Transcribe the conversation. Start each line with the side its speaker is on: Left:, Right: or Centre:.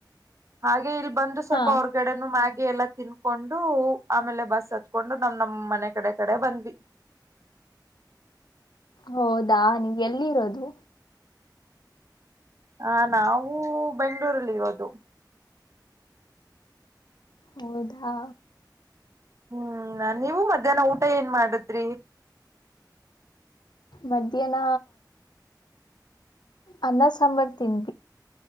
Right: ಹಾಗೆ ಹಾಗ ಇಲ್ಲಿ ಬಂದು ಸ್ವಲ್ಪ
Left: ಹಾ
Right: ಅವ್ರಗಡೆನು ಮ್ಯಾಗಿ ಎಲ್ಲ ತಿನ್ಕೊಂಡು ಆಮೇಲೆ ಬಸ್ಸತ್ ಹಕೊಂಡು ನಮ್ ನಮ್ ಮನೆ ಕಡೆ ಕಡೆ ಬಂದ್ವಿ
Left: ಹೌದಾ ನೀಎಲ್ಲಿರೋದು
Right: ಹ ನಾವೂ ಬೆಂಗ್ಗಳೂರಲ್ಲಿ ಇರೋದು
Left: ಹೌದಾ
Right: ಹ್ಮ್ ನೀವು ಮಧ್ಯಾಹ್ನ ಊಟ ಏನ್ ಮಾಡುದ್ರಿ
Left: ಮಧ್ಯನ ಅನ್ನಸಂಬರ್ ತಿನ್